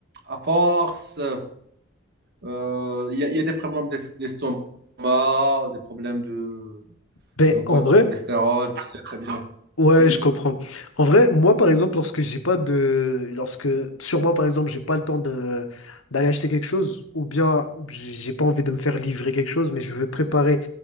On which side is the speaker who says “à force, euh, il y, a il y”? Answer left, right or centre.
Right